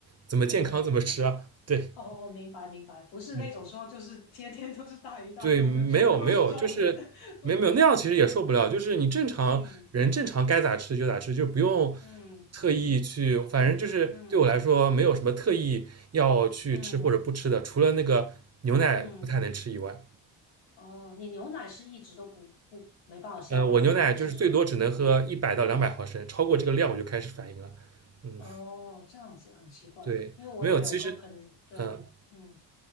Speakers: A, on the right (about 30°); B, on the left (about 85°).
A: 怎么健康怎么吃啊？
B: 哦，
A: 对，
B: 哦哦，明白明白，不是那种说就是天天都是大鱼大肉，
A: 嗯，对，没有没有，
B: 就全部都是肉的。
A: 就是没没有那样其实也受不了，
B: <laughs> 嗯
A: 就是你正常人正常该咋吃就咋吃，
B: 嗯
A: 就不用
B: 嗯
A: 特意去，反正就是对我来说没有什么特意要去吃或者不吃的，
B: 嗯嗯
A: 除了那个牛奶不太能吃以外，
B: 嗯，哦，你牛奶是一直都不不没办法消化的吗？
A: 呃，我牛奶就是最多只能喝一百到两百毫升，
B: 还是说，嗯，
A: 超过这个量我就开始反应了。嗯，
B: 哦，这样子很奇怪，
A: 对，
B: 因为我也有个朋，
A: 没有，其实，
B: 对，
A: 嗯，
B: 嗯，